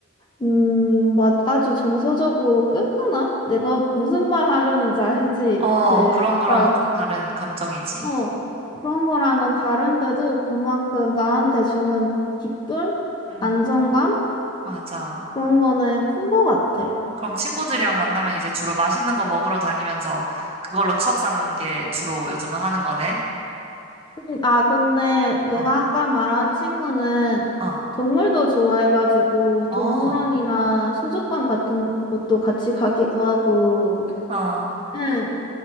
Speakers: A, on the left; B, on the right.
A: 음, 막 아주 정서적으로 끈끈함? 내가 무슨 말 하려는지 알지?
B: 어,
A: 그
B: 그런 거랑은
A: 약간
B: 좀 다른 감정이지.
A: 어 그런 거랑은 다른데도 그만큼 나한테 주는 기쁨,
B: 응,
A: 안정감
B: 맞아.
A: 그런 거는 큰 거 같아.
B: 그럼 친구들이랑 만나면 이제 주로 맛있는 거 먹으러 다니면서 그걸로 추억 쌓는 게 주로 요즘은 하는 거네.
A: 음, 아, 근데 내가
B: 어,
A: 아까 말한 친구는
B: 어,
A: 동물도 좋아해가지고
B: 어,
A: 동물원이나 수족관 같은 곳도 같이 가기도 하고,
B: 어.
A: 응,